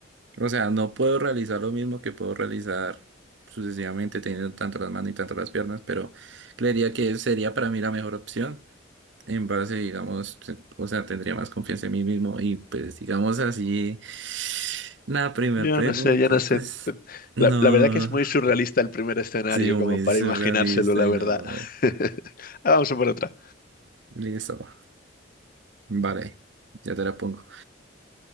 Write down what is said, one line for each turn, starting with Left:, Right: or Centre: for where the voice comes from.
Right: O sea, no puedo realizar lo mismo que puedo realizar sucesivamente teniendo tanto las manos y tanto las piernas, pero creería que sería para mí la mejor opción. En base, digamos, se- o sea, tendría más confianza en mí mismo y pues digamos así, la primera
Left: Yo
Right: pregunta,
Left: no sé, yo no sé.
Right: pues no,
Left: La, la verdad que es muy surrealista el primer escenario,
Right: sí, muy
Left: como para
Right: surrealista
Left: imaginárselo, la
Right: y
Left: verdad.
Right: no.
Left: <laughs> Ahora vamos a por otra.
Right: Listo, vale, ya te la pongo.